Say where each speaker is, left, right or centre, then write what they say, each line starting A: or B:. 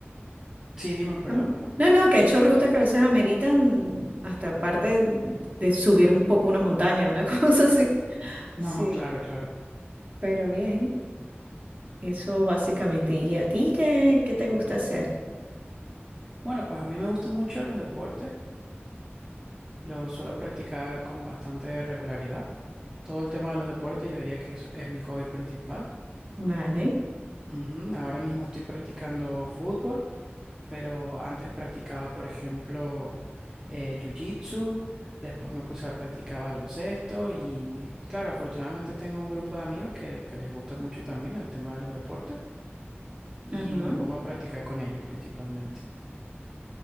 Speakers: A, on the right; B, on the right.
A: sí, dime, perdón,
B: ¿no?
A: perdón.
B: No,
A: <laughs>
B: no, que he hecho rutas que a veces ameritan hasta parte de subir un poco una montaña, una <laughs> cosa así.
A: No,
B: Sí,
A: claro, claro.
B: pero bien, eso básicamente. ¿Y a ti qué, qué te gusta hacer?
A: Bueno, pues a mí me gustan mucho los deportes, los suelo practicar con bastante regularidad. Todo el tema de los deportes yo diría que es, es mi hobby principal.
B: Vale,
A: Ujú, Ahora mismo estoy practicando fútbol. pero antes practicaba, por ejemplo, eh, jiu-jitsu, después me puse a practicar baloncesto y claro, afortunadamente tengo un grupo de amigos que, que les gusta mucho también el tema de los deportes y
B: ajá,
A: me pongo a practicar con ellos principalmente.